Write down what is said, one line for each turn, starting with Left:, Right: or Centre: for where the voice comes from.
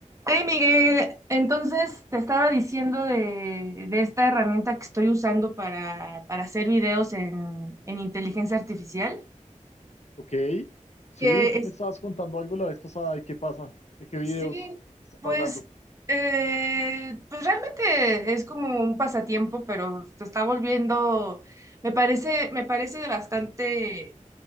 Right: Hey Miguel, entonces te estaba diciendo de, de esta herramienta que estoy usando para, para hacer videos en, en inteligencia artificial,
Left: Ok, sí,
Right: que
Left: tú
Right: es-
Left: me estabas contando algo la vez pasada, ¿y qué pasa? ¿De qué videos
Right: sí,
Left: estás
Right: pues,
Left: hablando?
Right: eh, pues realmente es como un pasatiempo, pero se está volviendo, me parece, me parece bastante